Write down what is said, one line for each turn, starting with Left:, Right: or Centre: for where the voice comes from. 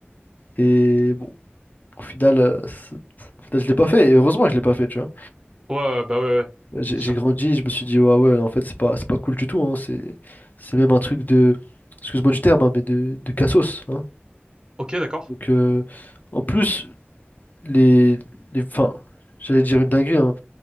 Left: Et bon, au final, euh, c'est- au final, je l'ai pas fait. Et heureusement que je l'ai pas fait, tu vois.
Right: Ouais, ouais, bah ouais, ouais,
Left: J'ai
Right: c'est sûr.
Left: j'ai grandi, je me suis dit, ouais, ouais, en fait, c'est pas, c'est pas cool du tout. hein, C'est, c'est même un truc de, excuse-moi du terme, hein, mais de, de cassos. hein.
Right: Ok, d'accord.
Left: Donc, euh, en plus. les, les, enfin, j'allais dire une dinguerie, hein.